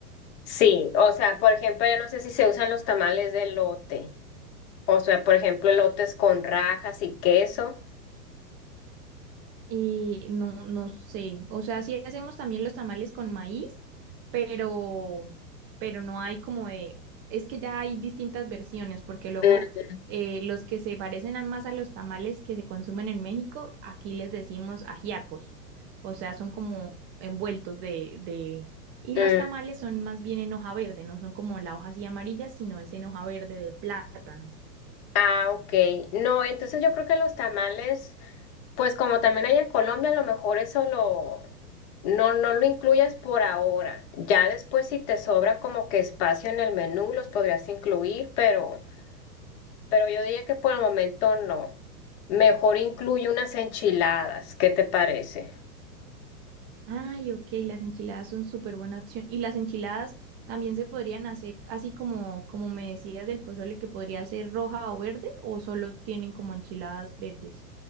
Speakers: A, on the left; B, on the right.
A: sí, o sea, por ejemplo, ya no sé si se usan los tamales de lote, o sea, por ejemplo, elotes con rajas y queso.
B: Y no, no sé, o sea, sí hacemos también los tamales con maíz, pero, pero no hay como de, es que ya hay distintas versiones, porque luego
A: Mm,
B: eh, los que se parecen a- más a los tamales que se consumen en México, aquí les decimos ajiacos, o sea, son como envueltos de, de, y
A: mm,
B: los tamales son más bien en hoja verde, no son como la hoja así amarilla, sino es en hoja verde de plátano.
A: Ah, ok. No, entonces yo creo que los tamales, pues como también hay en Colombia, a lo mejor eso lo, no, no lo incluyas por ahora. Ya después si te sobra como que espacio en el menú, los podrías incluir, pero, pero yo diría que por el momento no. Mejor incluye unas enchiladas, ¿qué te parece?
B: Ay, ok, las enchiladas son súper buena opción. Y las enchiladas también se podrían hacer así como, como me decías del pozole, que podría ser roja o verde, o solo tienen como enchiladas verdes.